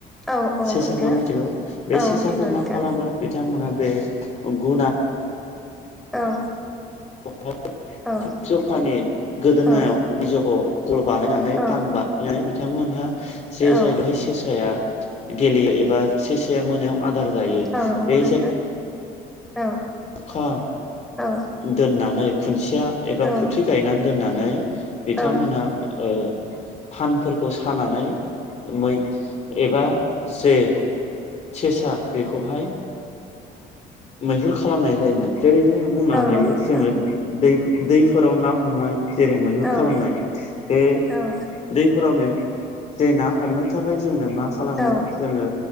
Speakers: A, in the centre; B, on the left (about 40°).
A: औ औ
B: सेसाखौ
A: नोंथां
B: मिथिगौ बे
A: औ
B: सेसाखौ
A: मिथिगौ नोंथां
B: मा खालामो बिथांमोना बे गुना
A: औ
B: बेहाय
A: औ
B: थ जखानि गोदोनायाव
A: औ
B: निजखौ गल बानायनानै
A: औ
B: फानबा नानै बिथांमोनहा जे
A: औ
B: जायगायावहाय सेसाया गेलेयो एबा सेसाया मोनायाव आदार जायो
A: औ नंगौ
B: बे
A: नोंथां
B: जाय
A: औ
B: अखा
A: औ
B: दोननानै खुन्सेया एबा
A: औ
B: खुथि गायनानै दोननानै बिथांमोनहा
A: औ
B: ओ फानफोरखौ सानानै मै एबा जे सेसा बेखौहाय मैहुर खालामनाय जायोमोन जेरै जो बुंनो
A: औ नंगौ
B: हायो
A: नोंथां
B: जोङो दै दैफोराव ना हमनाय जेरै मैहुर
A: औ
B: खालामनाय बे
A: औ
B: दैफोराव जे ना हमनो थाखाय जोंनो मा खालामो
A: औ
B: जोङो